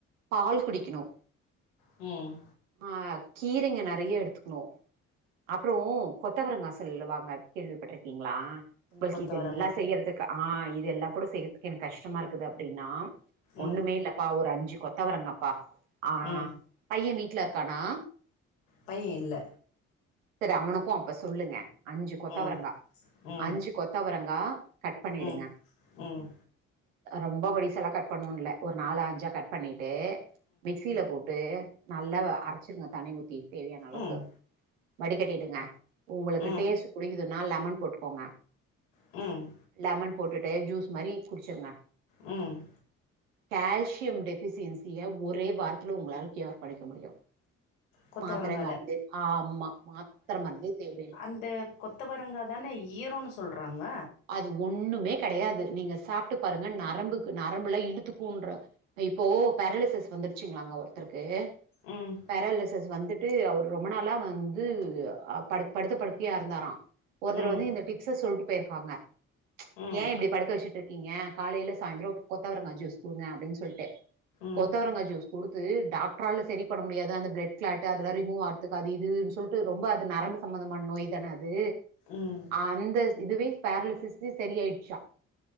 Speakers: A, on the right (about 80°); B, on the left (about 80°).
A: பால் குடிக்கணு
B: ம்
A: ஆ கீரைங்க நறைய எடுத்துக்கணு அப்றொ கொத்தவரங்கா சொல்வாங்க கேள்விப்பட்ருக்கீங்ளா உங்கள்க்கு
B: கொத்தவரங்கா
A: இதெல்லா செய்யறதுக்கு ஆ இதெல்லா கூட செய்யறதுக்கு எனக்கு கஷ்டமா இருக்குது அப்டின்னா
B: ம்
A: ஒண்ணுமே இல்லப்பா ஒரு அஞ்சு கொத்தவரங்கப்பா ஆ
B: ம்
A: பைய வீட்ல இருக்கானா
B: பைய இல்ல
A: செரி அவனுக்கோ அப்ப சொல்லுங்க அஞ்சு கொத்தவரங்கா
B: ம் ம்
A: அஞ்சு கொத்தவரங்கா கட் பண்ணிடுங்க
B: ம் ம் ம்
A: ரொம்ப பொடிசால்லா கட் பண்ணோன் இல்ல ஒரு நாலு அஞ்சா கட் பண்ணிட்டு மிக்சீல போட் டு நல்லா அரச்சிருங்க தண்ணி ஊத்தி தேவையான அளவுக்கு
B: ம்
A: வடி கட்டிடுங்க உங்குளுக்கு
B: ம்
A: டேஸ்ட் புடிக்குதுன்னா லெமன் போட்டுக்கோங்க
B: ம்
A: லெமன் போட்டுட்டு ஜூஸ் மாரி குடிச்சுருங்க
B: ம்
A: கேல்சியம் டெஃபிசியன்சிய ஒரே வாரத்துல உங்களால க்யூர் பண்ணிக்க முடியு
B: கொத்தவரங்கால
A: மாத்ர மருந்து ஆ ம்மா மாத்ர மருந்தே தேவயில்ல
B: இந்த கொத்தவரங்கா தான ஈரோன்னு சொல்றாங்க
A: அது ஒண்ணுமே கெடையாது நீங்க சாப்ட்டு பாருங்க நரம்புக் நரம்புல்லா இழுத்துக்குன்ற இப்போ பேரலிசிஸ் வந்துருச்சுங்ளாங்க ஒருத்தர்க்கு
B: உம்
A: பெராலிசஸ் வந்துட்டு அவர் ரொம்ப நாளா வந்து ப படுத்த படுக்கயா இருந்தாரா ஒருத்தர்
B: ம்
A: வந்து இந்த டிப்ஸ சொல்ட்டு போய்ருக்காங்க
B: ம்
A: ஏ இப்டி படுக்க வெச்சுட்ருக்கீங்க காலைல சாய்ந்தரோ கொத்தவரங்கா ஜூஸ் குடுங்க அப்டீன்னு சொல்ட்டு
B: ம்
A: கொத்தவரங்க ஜூஸ் கொடுத்து டாக்டரால் செரி பண்ண முடியாது அந்த பிளட் க்லாட் அதெல்லா ரிமூவ் ஆரதுக்கு அது இதுன் சொல்ட்டு ரொம்ப அது நரம்பு சம்பந்தமான நோய் தான அது
B: உம்
A: அந்த இதுவே பேரலிசிஸ்க்கே சரியாய்ட்ச்சா